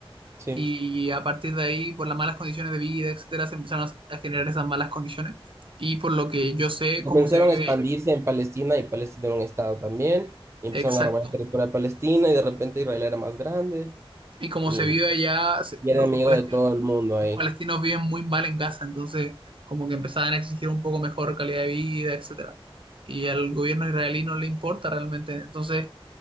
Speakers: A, on the right (about 30°); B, on the right (about 60°).
A: sí.
B: Y a partir de ahí, por las malas condiciones de vida, etcétera, se empezaron a a generar esas malas condiciones. Y por lo que yo sé,
A: Comenzaron
B: cómo se vive,
A: a expandirse en Palestina y Palestina era un estado también. Y empezaron
B: exacto.
A: a robar el territorio de Palestina y de repente Israel era más grande
B: Y cómo
A: y,
B: se vive allá, se-
A: y
B: lo-
A: era enemigo
B: los palestinos,
A: de todo el mundo ahí.
B: los palestinos viven muy mal en Gaza, entonces como que empezaban a exigir un poco mejor calidad de vida, etcétera. Y al gobierno israelí no le importa realmente. Entonces,